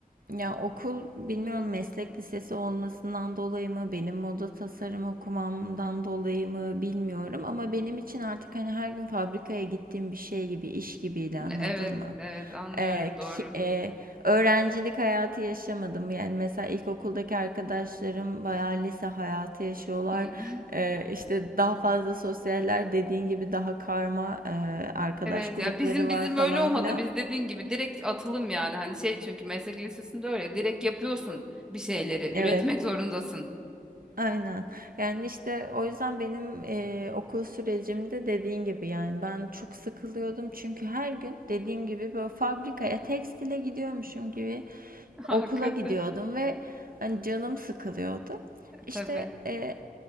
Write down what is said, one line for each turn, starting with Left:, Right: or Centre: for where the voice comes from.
Right: ya okul bilmiyorum meslek lisesi olmasından dolayı mı benim moda tasarım okumamdan dolayı mı bilmiyorum ama benim için artık hani her gün fabrikaya gittiğim bir şey gibi iş gibiydi
Centre: Hani
Right: anladın
Centre: Evet,
Right: mı?
Centre: evet anlıyorum
Right: Ee,
Centre: doğru.
Right: ki- e, öğrencilik hayatı yaşamadım. Yani mesela ilkokuldaki arkadaşlarım bayağı lise hayatı yaşıyorlar.
Centre: İyi. <laughs>
Right: Ee, işte daha fazla sosyaller dediğin gibi daha karma e, arkadaş
Centre: Evet
Right: grupları
Centre: ya bizim bizim
Right: var falan
Centre: öyle olmadı.
Right: filan.
Centre: Biz dediğin gibi direkt atılım yani. Hani şey çünkü meslek lisesinde öyle direkt yapıyorsun bir şeyleri.
Right: Evet.
Centre: Üretmek zorundasın.
Right: Aynen. Yani, işte, o yüzden benim, eee, okul sürecimde dediğin gibi, yani, ben çok sıkılıyordum. Çünkü her gün dediğim gibi, böyle, fabrikaya, tekstile gidiyormuşum gibi
Centre: <laughs> Hakikaten.
Right: okula gidiyordum ve, hani, canım sıkılıyordu.
Centre: E,
Right: İşte,
Centre: Tabii.
Right: eee,